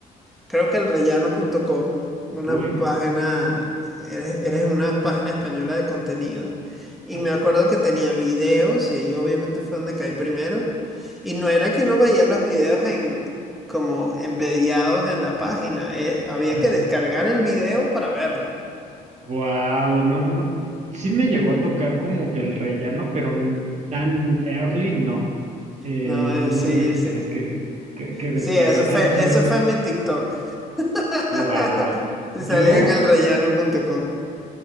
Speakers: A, in the centre; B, on the right.
A: creo que el elrellano.com, una
B: Uy,
A: página, eres, eres una página española de contenido. Y
B: ajá,
A: me acuerdo que tenía videos, y ahí obviamente fue donde caí primero. Y no era que uno veía los videos en, como embediados en la página, eh, había
B: ajá.
A: que descargar el video para verlo.
B: Guau, no, no, sí me llegó a tocar como que el rellano, pero n- tan early no. Eh,
A: No, eh,
B: no, no
A: sí,
B: sabía que
A: sí.
B: tenías que, que, que descargar.
A: Sí, eso fue,
B: Ha de haber sido
A: eso
B: un,
A: fue mi TikTok. <laughs>
B: wow.
A: Te
B: Yo
A: salían el rellano.com.